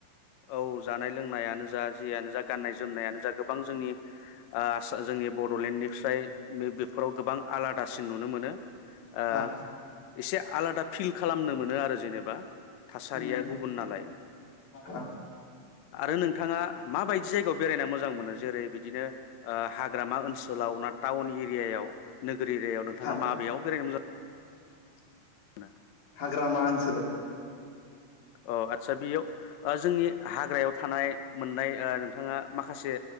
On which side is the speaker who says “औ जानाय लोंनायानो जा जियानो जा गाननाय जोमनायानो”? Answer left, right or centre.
Left